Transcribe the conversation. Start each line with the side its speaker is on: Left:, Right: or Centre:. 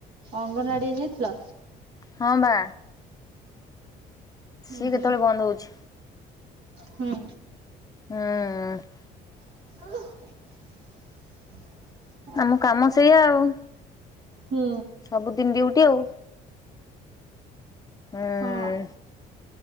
Right: ଅଙ୍ଗନବାଡି ଯାଇଥିଲ?
Left: ହଁ ବା। ସିଏ
Right: ଉହୁଁ,
Left: କେତେବେଳେ ବନ୍ଦ ହଉଛି
Right: ହୁଁ।
Left: ହୁଁ।
Right: <unintelligible>
Left: ଆମ କାମ ସେଇଆ ଆଉ।
Right: ହୁଁ।
Left: ସବୁଦିନ ଡିଉଟି ଆଉ? ହୁଁ
Right: ହଁ।